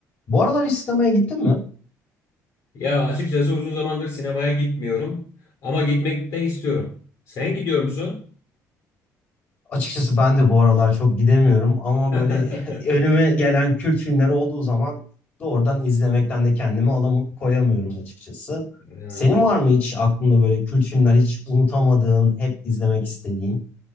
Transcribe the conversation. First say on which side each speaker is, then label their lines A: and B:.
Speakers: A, on the left; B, on the left.
A: Bu aralar hiç sinemaya gittin mi?
B: Ya açıkçası uzun zamandır sinemaya gitmiyorum ama gitmek de istiyorum. Sen gidiyor musun?
A: Açıkçası ben de bu aralar çok gidemiyorum ama
B: <laughs>
A: böyle <laughs> önüme gelen kült filmler olduğu zaman doğrudan izlemekten de kendimi alam koyamıyorum açıkçası.
B: Ee,
A: Senin var mı hiç aklında böyle kült filmler hiç unutamadığın, hep izlemek istediğin?